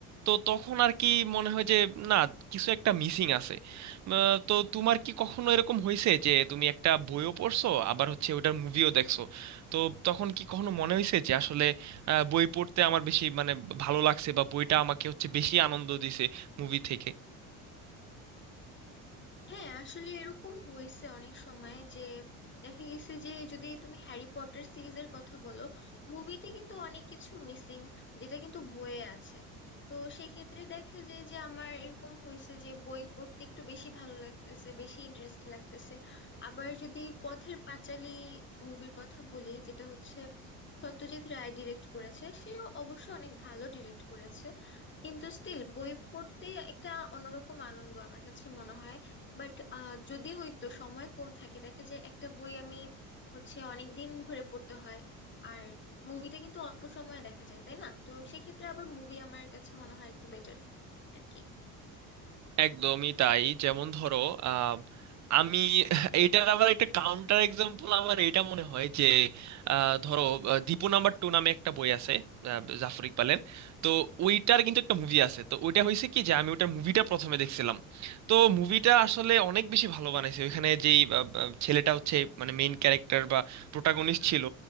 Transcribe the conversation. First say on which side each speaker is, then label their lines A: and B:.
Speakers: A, on the right; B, on the left.
A: তো তখন আর কি মনে হয় যে না কিছু একটা মিসিং আছে আহ, তো তোমার কি কখনো এরকম হয়েছে যে তুমি একটা বইও পড়ছো আবার হচ্ছে ওটার মুভিও দেখছো তো তখন কি কখনো মনে হয়েছে যে আসলে আহ, বই পড়তে আমার বেশি মানে ভালো লাগছে বা বইটা আমাকে হচ্ছে বেশি আনন্দ দিছে মুভি থেকে
B: হ্যাঁ আসলে এরকম হয়েছে অনেক সময় যে দেখা গেছে যে যদি তুমি হ্যারি পটার সিরিজের কথা বলো মুভিতে কিন্তু অনেক কিছু মিসিং যেটা কিন্তু বইয়ে আছে তো সেক্ষেত্রে দেখা যায় যে আমার এরকম হয়েছে যে বই পড়তে একটু বেশি ভালো লাগতেছে বেশি ইন্টারেস্ট লাগতেছে আবার যদি পথের পাঁচালী মুভির কথা বলি যেটা হচ্ছে সত্যজিৎ রায় ডিরেক্ট করেছে সেও অবশ্য অনেক ভালো ডিরেক্ট করেছে কিন্তু স্টিল বই পড়তে একটা অন্যরকম আনন্দ আমার কাছে মনে হয় বাট যদি ওই তো সময় কম থাকে দেখা যায় একটা বই আমি হচ্ছে অনেক দিন ধরে পড়তে হয় আর মুভিটা কিন্তু অল্প সময়ে দেখা যায় তাই না তো সেক্ষেত্রে আবার মুভি আমার কাছে মনে হয় একটু বেটার আর কি
A: একদমই তাই যেমন ধরো আহ, আমি এটার আবার একটা কাউন্টার এক্সাম্পল আমার এটা মনে হয় যে আহ, ধরো আহ, দীপু নাম্বার টু নামে একটা বই আছে আহ, জাফর ইকবালের তো ওইটার কিন্তু একটা মুভি আছে তো ওইটা হয়েছে কি যে আমি ওইটার মুভিটা প্রথমে দেখছিলাম তো মুভিটা আসলে অনেক বেশি ভালো বানাইছে ওইখানে যেই আহ, আহ, ছেলেটা হচ্ছে মানে মেইন ক্যারেক্টার বা প্রোটাগনিস্ট ছিল